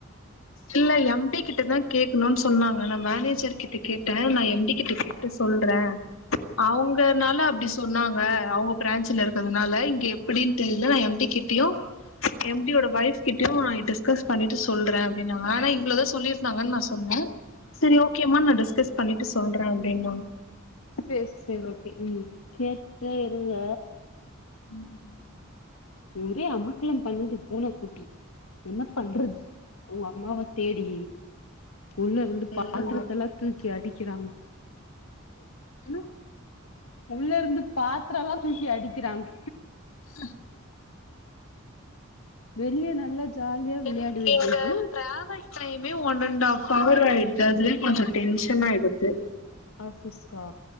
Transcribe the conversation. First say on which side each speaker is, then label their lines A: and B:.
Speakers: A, on the left; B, on the left.
A: இல்ல எம் டிகிட்டதா கேக்கணுன் சொன்னாங்க நா மேனேஜர்கிட்ட கேட்டே நா எம் டிகிட்ட கேட் ட்டு சொல்றே அவுங்கனால அப்டி சொன்னாங்க அவுங்க ப்ரான்சுல இருக்கறதுனால இங்க எப்டின் தெர்ல நா எம் டிகிட் டியு எம் டியோட வைஃப்கிட்யு நா டிஸ்கஸ் பண்ணிட்டு சொல்றே அப்டின்னாங்க ஆனா இவ்ளதா சொல்லிருந்தாங்கன் நா சொன்ன செரி ஓகேமா நா டிஸ்கஸ் பண்ணிட்டு சொல்றே அப்டின்னாங்
B: சேரி சேரி ஓகே ம் கேட்ட இருங்க
A: ம்
B: ஒரே அமக்களம் பண்ணுது பூன குட்டி என்ன பண்றது ஒ அம்மாவ தேடி உள்ள இருந்து
A: ம்
B: பாத்திரத்தல்லாம் தூக்கி அடிக்கறங்க
A: அலோ
B: உள்ள இருந்து பாத்திரம்லாம் தூக்கி அடிக்கறாங்க
A: <inaudible>
B: வெளிய நல்லா ஜாலியா விளையாட
A: எனக்கு
B: வேண்டிது
A: இங்க டிராவல் டைமே ஒன் அண்ட் ஹாஃப் அவர் ஆயிடுது அதுலயே கொஞ்சம் டென்ஷன ஆயிடுது
B: ஆபீஸ்க்கா